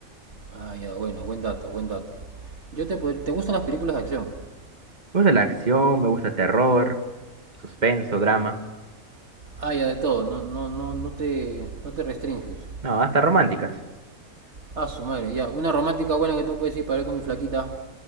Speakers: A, on the right; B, on the right.
A: Ah, ya, bueno, buen dato, buen dato. Yo te, pod- ¿te gustan las películas de acción?
B: Me gusta la acción, me gusta terror, suspenso, drama.
A: Ah, ya, de todo, no, no, no, no te, no te restringes.
B: No, hasta románticas.
A: Ah, su madre, ya, una romántica buena que tú puedes ir para ver con mi flaquita.